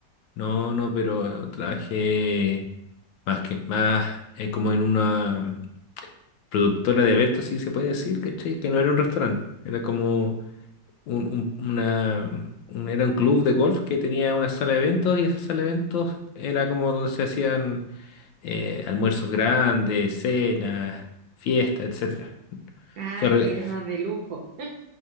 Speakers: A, on the left (about 85°); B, on the right (about 70°).
A: no, no, pero trabajé más que más eh, como en una productora de eventos, si se puede decir, ¿cachai? Que no era un restaurante, era como un, un- una, un- era un club de golf que tenía una sala de eventos y esa sala de eventos era como donde se hacían eh, almuerzos grandes, cenas, fiestas, etcétera.
B: Ah,
A: Se re-
B: era más de lujo.